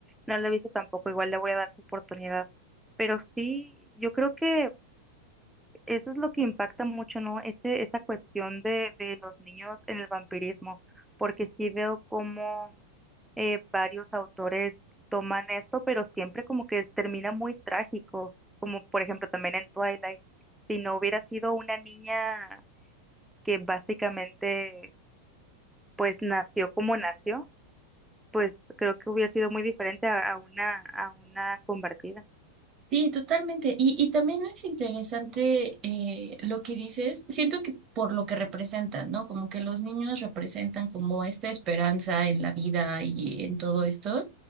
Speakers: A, in the centre; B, on the right.
A: no la he visto tampoco. Igual le voy a dar su oportunidad. Pero sí, yo creo que eso es lo que impacta mucho, ¿no? Ese, esa cuestión de, de los niños en el vampirismo, porque sí veo cómo eh, varios autores toman esto, pero siempre como que termina muy trágico, como por ejemplo también en Twilight. Si no hubiera sido una niña que básicamente pues nació como nació pues creo que hubiera sido muy diferente a, a una, a una convertida.
B: Sí, totalmente. Y, y también es interesante eh, lo que dices. Siento que por lo que representan, ¿no? Como que los niños representan como esta esperanza en la vida y en todo esto,